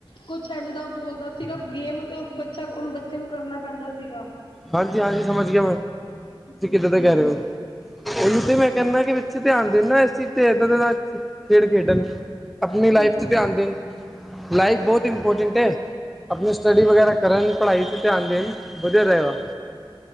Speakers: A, on the left; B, in the centre.
A: ਕੁਛ ਐਂਂਜ ਦਾਂ ਓ ਬੋਲਦਾ ਸੀਗਾ ਗੇਮ ਤੇ, ਓ ਬੱਚਾ ਓਨੂੰ ਬੱਚੇ ਨੂੰ ਕਰਨਾ ਪੈਂਦਾ ਸੀਗਾ।
B: ਹਾਂਜੀ, ਹਾਂਜੀ ਸਮਝ ਗਿਆ ਮੈਂ, ਤੁਸੀਂ
A: ਬਿਲਕੁਲ-ਬਿਲਕੁਲ।
B: ਕਿੱਦਾਂ ਦਾ ਕੈ ਰੇ ਓ। ਓਈਓ ਤੇ ਮੈਂ ਕੈਣਾ ਕੀ ਬੱਚੇ ਧਿਆਨ ਦੇਣ ਨਾ ਏਸ ਚੀਜ ਤੇ ਏਦਾਂ ਦਾ ਨਾ ਖੇਡ ਖੇਡਣ। ਆਪਣੀ ਲਾਈਫ
A: ਬਿਲਕੁਲ
B: 'ਚ ਧਿਆਨ ਦੇਣ। ਲਾਈਫ ਬੋਤ ਇੰਮਪੋਟੈਂਟ ਐ, ਆਪਣੀ ਸਟੱਡੀ ਵਗੈਰਾ ਕਰਨ ਪੜ੍ਹਾਈ ਵਲ ਧਿਆਨ ਦੇਣ, ਵਧੀਆ ਰਏਗਾ।